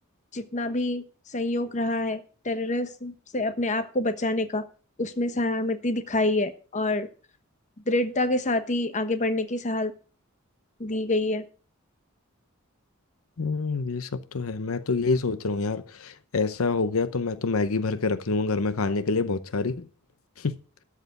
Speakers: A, on the left (about 35°); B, on the left (about 80°).
A: जितना भी संयोग रहा है टेररिस्ट से अपने आप को बचाने का उसमें सहमति दिखाई है और दृढ़ता के साथ ही आगे बढ़ने की सलाह दी गई है
B: हम्म, ये सब तो है मैं तो यही सोच रहा हूँ यार ऐसा हो गया तो मैं तो मैगी भर के रख लूंगा घर में खाने के लिए बहुत सारी <laughs> कि